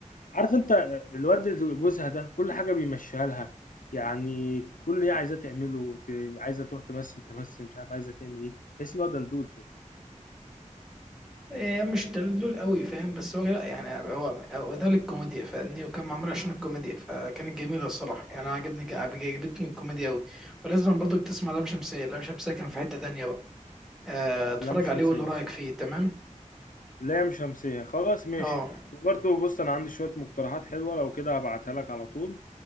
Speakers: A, on the left; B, in the centre.
A: عارف انت الواد اللي جوزها ده كل حاجه بيمشيها لها يعني كل اللي هي عايزاه تعمله ت- عايزه تروح تمثل تمثل مش عارف عايزه تعمل ايه تحس ان هو دلدول كده
B: إيه، مش تدلول قوي فاهم بس هو لا يعني هو هو ده للكوميديا فاهمني وكان معمول عشان الكوميديا فكانت جميله الصراحه يعني انا عجبني عجبتني الكوميديا قوي ولازم برضك تسمع لام شمسيه لام شمسيه كان في حته تانيه بقى آه، اتفرج
A: لام شمسيه
B: عليه وقول له رايك فيه تمام
A: لام شمسيه خلاص ماشي
B: اه
A: وبرضه بص انا عندي شويه مقترحات حلوه لو كده هبعتها لك على طول